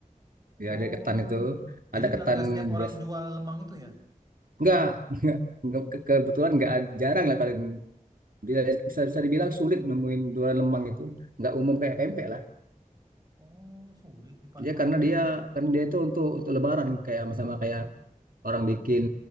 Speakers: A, on the right; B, on the right.
A: ya
B: Oh,
A: ada ketan itu
B: jadi
A: ada
B: nggak
A: ketan
B: nggak setiap orang
A: bias
B: jual lemang itu ya?
A: enggak <laughs> enggak enggak, ke- kebetulan enggak ad- jarang lah kalau bisa, bisa bisa dibilang sulit nemuin jualan lemang itu enggak umum kayak pempek lah
B: Oh, sulit di Palembang
A: dia karena
B: sendiri
A: dia
B: sulit.
A: karena dia itu untuk untuk lebaran kayak sama kayak orang bikin